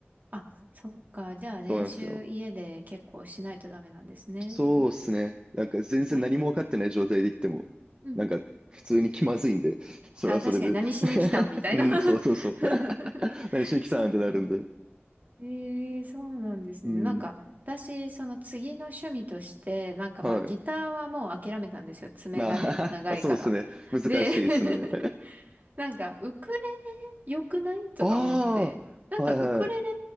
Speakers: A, on the right; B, on the right.
A: あ、そっか。じゃあ練習家で結構しないとダメなんですね。
B: そうなんですよ。そうですね。なんか全然何も分かってない状態で行っても、
A: ええうん。
B: なんか普通に気まずいんで、それはそれで。
A: あ、確かに何しに来たんみたいな
B: <laughs> うん、
A: <laughs>
B: そうそうそう。<laughs> 何しに来たんってなるんで。
A: そっか。ええそうなんですね。
B: うん。
A: なんか、私、その次の趣味として、なんかまあ、
B: はい。
A: ギターはもう諦めたんですよ。爪がね、
B: まあ、<laughs>
A: 長いから。
B: まあ、そうですね。難しいですね。
A: で、<laughs> なんか、ウクレレ良くないとか思って。
B: <laughs> ああ、
A: なんか、
B: はいはい。
A: ウクレレ